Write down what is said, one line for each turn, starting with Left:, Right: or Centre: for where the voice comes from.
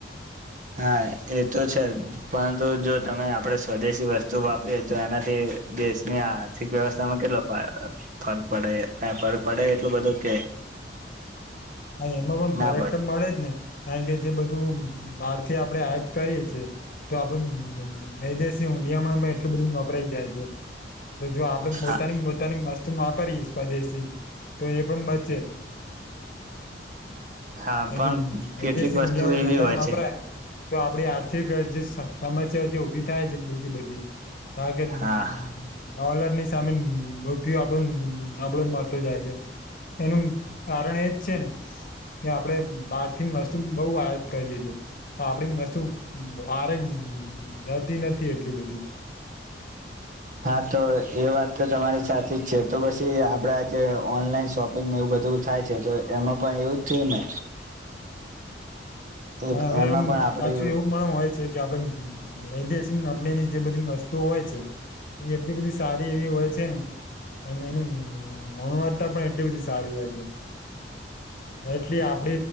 Right: હા એ તો છે પરંતુ જો તમે આપણેે સ્વદેશી વસ્તુ વાપરીએ તો એનાથી દેશની આર્થિક વ્યવસ્થામાં કેટલો ફરક પડે ક ફરક પડે એટલું બધો કે
Left: <inaudible> હા એમાં
Right: ના
Left: પણ ફરક
Right: પડે
Left: તો મળે જ ને કારણ કે જે બધું આારથી આપણેે હયાત કરીએ છ છેએ તો આપડે મેદેશી ઊડિયામાં એટલું બધું વપરાય જાય છે. તો જો આપડે પોતાની
Right: હા
Left: પોતાની મસ્ત વાપરીયએ સ્વદેશથી તો એ પણ બચે
Right: હા પણ
Left: કેમ
Right: કેટલીક
Left: એ દેશ ઊડિયા
Right: વસ્તુ એવી
Left: મધામાં
Right: હોય
Left: વાપરાય
Right: છે
Left: તો આપડી આર્થિક જે સમસ્યા જે ઉઊભી થાય છે બીજી બધી આગન
Right: હા
Left: હલર ની સામે રપયો આપડો આપડો મળતો જાય છે. એનું કારણ એજ છે ને કે આપડે બહાર વસ્તુ બઉુ આયાત કરીએ છેએ આપડી વસ્તુ ઓરેન્જ હમ જાતી નથી એટલી બધી.
Right: હા તો એ વાત તો તમારી સાચી જ છે તો પછી એ આપડે આજે ઓનલાઈન શોપિંગને એવું બ થાય છે તો એમાં પણ એવું જ થયું ને તો
Left: અને હવે
Right: એમાં
Left: એમ
Right: પણ આપડી
Left: પાછું એવું પણ હોય છે કે આપડે એસ કંપનીની જે બધી વસ્તુ હોય છે એ એટલી બધી સારી એવી હોય છે ને અને એની ગુણવત્તા પણ એટલી બધી સારી વાત છે એટલી આપ